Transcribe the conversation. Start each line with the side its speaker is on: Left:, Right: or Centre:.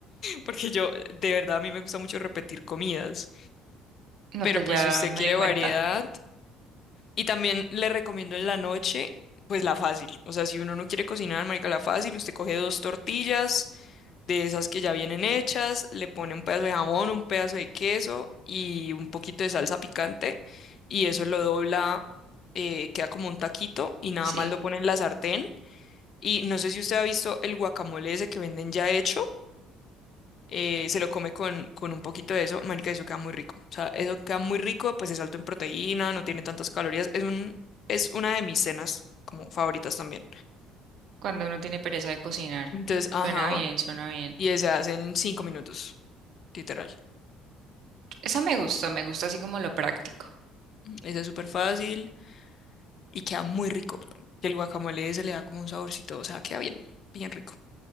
Left: porque yo de verdad a mí me gusta mucho repetir comidas,
Right: no,
Left: pero
Right: pues
Left: pues
Right: ya
Left: si usted
Right: me
Left: quiere
Right: di cuenta.
Left: variedad y también le recomiendo en la noche pues la fácil, o sea, si uno no quiere cocinar, marica, la fácil, usted coge dos tortillas de esas que ya vienen hechas, le pone un pedazo de jamón, un pedazo de queso y un poquito de salsa picante y eso lo dobla, eh, queda como un taquito y nada
Right: Sí,
Left: más lo pone en la sartén. Y no sé si usted ha visto el guacamole ese que venden ya hecho, eh, se lo come con, con un poquito de eso, marica, eso queda muy rico. O sea, eso queda muy rico, pues es alto en proteína, no tiene tantas calorías, es un, es una de mis cenas como favoritas también.
Right: cuando uno tiene pereza de cocinar.
Left: Entonces, ajá,
Right: Suena bien, suena bien.
Left: y se hace en cinco minutos, literal.
Right: Esa me gustó, me gusta así como lo práctico.
Left: Ujú, Ese es súper fácil. y queda muy rico. El guacamole se le da como un saborcito, o sea, queda bien, bien rico.